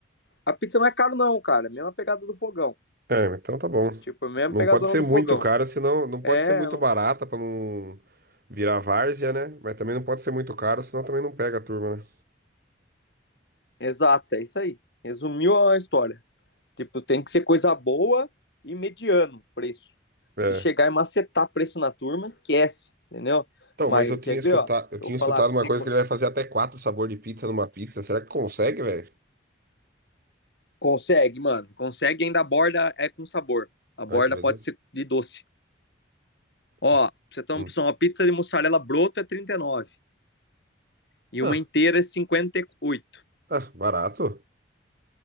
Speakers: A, on the left; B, on the right.
A: A pizza não é caro não, cara, é a mesma pegada do fogão.
B: É, então tá bom.
A: Tipo, é a mesma
B: Não
A: pegadona
B: pode ser
A: do
B: muito
A: fogão.
B: cara, senão. Não
A: É,
B: pode ser muito
A: eu não-
B: barata pra não virar várzea, né? Mas também não pode ser muito caro, senão também não pega a turma, né?
A: exato, é isso aí. Resumiu a história. Tipo, tem que ser coisa boa e mediano preço.
B: É.
A: Se chegar e macetar preço na turma, esquece, entendeu?
B: Então,
A: Mas
B: mas eu tinha
A: quer
B: escutado,
A: ver, ó?
B: eu
A: Eu
B: tinha
A: vou falar
B: escutado
A: pra
B: uma
A: você,
B: coisa
A: co-
B: que ele vai fazer até quatro sabor de pizza numa pizza. Será que consegue, velho?
A: consegue, mano. Consegue ainda a borda é com sabor. A borda
B: Ai, que beleza.
A: pode ser de doce. Ó,
B: Que s-
A: pra você ter
B: hum.
A: uma opção, uma pizza de mussarela broto é trinta e nove e
B: Ah,
A: uma inteira é cinquenta e oito
B: ah, barato.